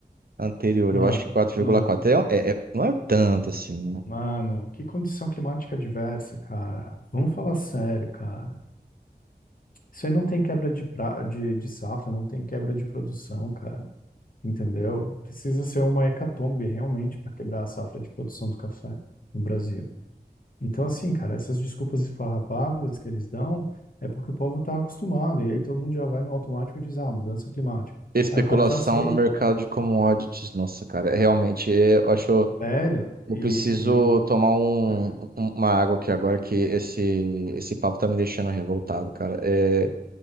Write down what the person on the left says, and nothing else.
mano,
mano,
mano, que condição climática diversa, cara. Vamos falar sério, cara. Isso aí não tem quebra de, pra, de, de safra, não tem quebra de produção, cara. Entendeu? Precisa ser uma hecatombe realmente para quebrar a safra de produção do café no Brasil. Então, assim, cara, essas desculpas esfarrapadas que eles dão é porque o povo tá acostumado, e aí todo mundo já vai no automático e diz, ah, mudança climática.
Aí o cara já aceita
Velho,
e,
e o.
<laughs>